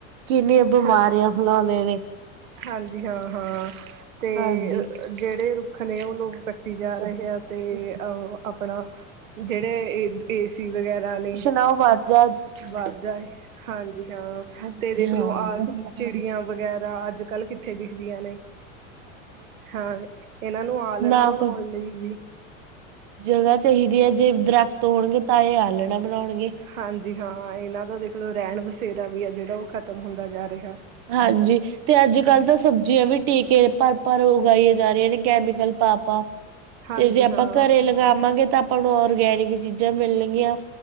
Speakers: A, on the right; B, on the right.
A: ਕਿੰਨੀਆਂ ਬਿਮਾਰੀਆਂ
B: ਹਾਂਜੀ
A: ਫਲਾਉਂਦੇ ਨੇ।
B: ਹਾਂਜੀ ਹਾਂ -ਹਾਂ ਤੇ
A: ਹਾਂਜੀ
B: ਜਿਹੜੇ ਰੁੱਖ ਨੇ ਉਹ ਲੋਕ ਕੱਟੇ ਜਾ
A: ਪੋਲਿਊਸ਼ਨ
B: ਰਹੀ ਆ ਅਤੇ ਆਪਣਾ ਜਿਹੜੇ ਏ- ਏ, ਸੀ ਵਗੈਰਾ ਨੇ।
A: ਨਾਂ ਵਾਜਾ
B: ਵੱਧਦਾ ਹਾਂਜੀ ਹਾਂ
A: ਹਾਂਜੀ
B: ਤੇ ਦੇਖਲੋ
A: ਹਾਂ।
B: ਆ ਚਿੜੀਆਂ ਵਗੈਰਾ ਅੱਜ- ਕੱਲ੍ਹ ਕਿੱਥੇ ਦਿਖਦੀਆਂ ਨੇ ਹਾਂ ਇਹਨਾਂ ਨੂੰ ਆਲਣਾ
A: ਨਾ
B: ਬਣਾਉਣ
A: ਕੋਈ
B: ਲਈ ਵੀ
A: ਜਗ੍ਹਾ ਚਾਹੀਦੀ ਹੈ, ਜੇ ਦਰੱਖ਼ਤ ਹੋਣਗੇ ਤਾਂ ਇਹ ਆਲਣਾ ਬਣਾਉਣਗੇ
B: ਹਾਂਜੀ, ਹਾਂ ਇਹਨਾਂ ਦਾ ਦੇਖਲੋ ਰਹਿਣ ਵਸੇਰਾ ਵੀ ਆ ਜਿਹੜਾ ਉਹ ਖ਼ਤਮ ਹੁੰਦਾ ਜਾ ਰਿਹਾ।
A: ਹਾਂਜੀ ਤੇ ਅੱਜ- ਕੱਲ
B: ਹਾਂ
A: ਤਾਂ ਸਬਜ਼ੀਆਂ ਵੀ ਟੀਕੇ ਭਰ ਪਰ ਉਗਾਈਆਂ ਜਾ ਰਹੀਆਂ ਨੇ ਕੈਮੀਕਲ ਪਾ- ਪਾ
B: ਹਾਂਜੀ
A: ਤੇ ਜੇ ਆਪਾਂ
B: ਹਾਂ
A: ਘਰੇ ਲਗਾਵਾਂਗੇ ਤਾਂ ਆਪਾਂ ਨੂੰ ਔਰਗੈਨਿਕ ਚੀਜ਼ਾਂ ਮਿਲਣਗੀਆਂ